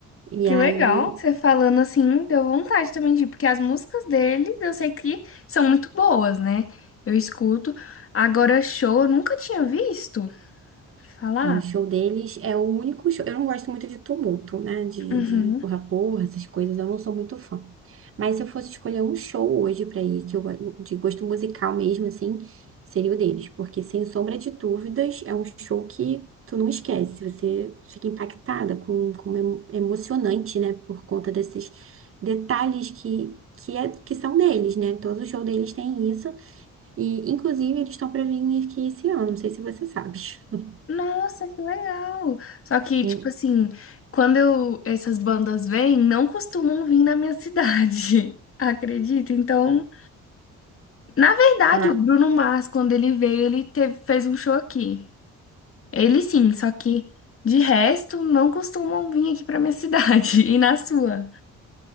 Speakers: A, on the right; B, on the left.
A: E
B: Que
A: aí,
B: legal, você falando assim, deu vontade também de ir, porque as músicas deles eu sei que são muito boas, né? Eu escuto. Agora, show, eu nunca tinha visto falar.
A: Ah, o show deles é o único show. Eu não gosto muito de tumulto, né? De,
B: Uhum.
A: de porra-porra, essas coisas. Eu não sou muito fã. Mas se eu fosse escolher um show hoje pra ir, que eu go- de gosto musical mesmo, assim, seria o deles. Porque, sem sombra de dúvidas, é um show que tu não esquece. Você fica impactada, com, com emo- emocionante, né? Por conta desses detalhes que, que, é, que são deles, né? Todo show deles tem isso. E, inclusive, eles estão pra vir aqui esse ano. Não sei se você sabe. <laughs>
B: Nossa, que legal! Só que,
A: E-
B: tipo assim, quando eu, essas bandas vêm, não costumam vir na minha cidade, <laughs> acredita? Então. Na verdade,
A: ah,
B: o Bruno Mars, quando ele veio, ele teve- fez um show aqui. Ele sim, só que de resto não costumam vir aqui pra minha <laughs> cidade e na sua.